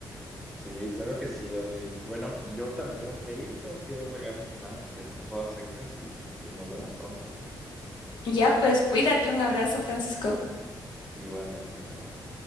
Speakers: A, in the centre; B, on the left.
A: Sí, claro que sí, Adri. Bueno, yo ahorita me tengo que ir, tengo que regar mis plantas que ya están todas secas y pues nos vemos pronto, ¿no?
B: Ya, pues cuídate, un abrazo, Francisco.
A: Igualmente, bye bye.